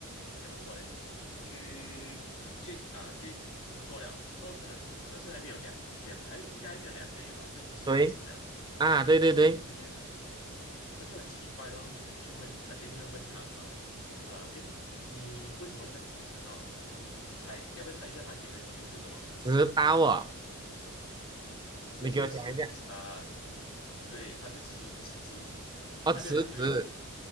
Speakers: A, on the left; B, on the right.
A: 怎么说呢？去去啊去工作了之后的可是还没有两两还应该还没有两个月吧，就辞职了。
B: 对啊，对对对，
A: 嗯，我们就很我就很奇怪咯，就去问，肯定就会问他们嘛。呃，哎，你为什么这样子迟到？你你猜要不要猜一下他给的理由是什么？
B: 迟到哦，
A: 嗯，就直接辞啊、
B: 你给我讲一下
A: 对，他就辞辞职，
B: 哦，
A: 还没有两个月。
B: 辞职